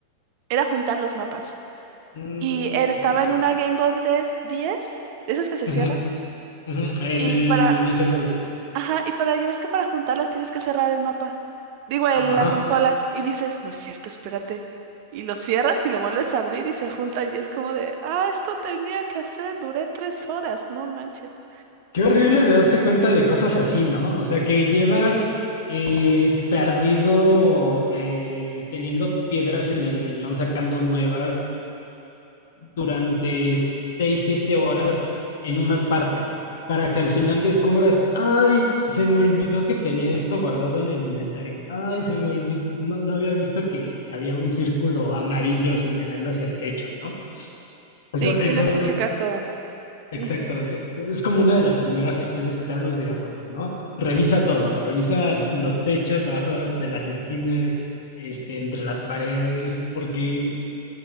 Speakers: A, on the right (about 45°); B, on the left (about 55°).
A: era juntar los mapas.
B: Mm,
A: Y él estaba en una Game Boy 10, diez de esas que se
B: ujú,
A: cierran.
B: ujú, el
A: Y para,
B: Nintendo Dice.
A: Ajá, y para, ya ves que para juntarlas tienes que cerrar el mapa. Digo, el-
B: Ajá.
A: la consola. Y dices, no es cierto, espérate. Y lo cierras y lo vuelves a abrir y se juntan. Y es como de, ah, esto tenía que hacer, duré tres horas, no manches.
B: Qué horrible de darte cuenta de cosas así, ¿no? O sea, que llevas eh, perdido, eh, teniendo piedras en el riñón, sacando nuevas durante seis, siete horas en una parte, para que al final descubras, ay, se me olvidó que tenía esto guardado en el inventario, ay, se me olvidó, no, no había visto que había un círculo amarillo señalando hacia el techo, ¿no? Eso,
A: Sí,
B: eso
A: tienes que
B: creo
A: checar todo.
B: Exacto,
A: Ujú.
B: sí, es como una de las primeras lecciones que te dan los videojuegos, ¿no? Revisa todo, revisa los techos abajo de las esquinas, este, entre las paredes, porque